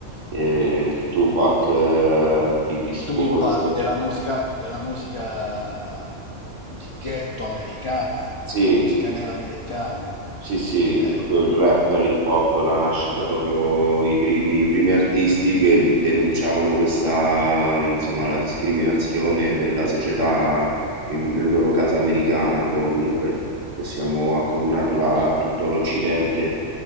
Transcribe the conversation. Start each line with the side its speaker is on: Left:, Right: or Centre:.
Right: eh, Tupac, eh, Biggie Smalls.
Left: Tu mi parli della musica, della musica di ghetto americana,
Right: Sì,
Left: la musica nera americana.
Right: Sì, sì,
Left: eh.
Right: proprio il rap, l'hip hop, la nascita, proprio i primi, i primi artisti che denunciavano questa, insomma, la discriminazione della società, in- nel loro caso americana, co- comunque possiamo accomunarla a tutto l'Occidente,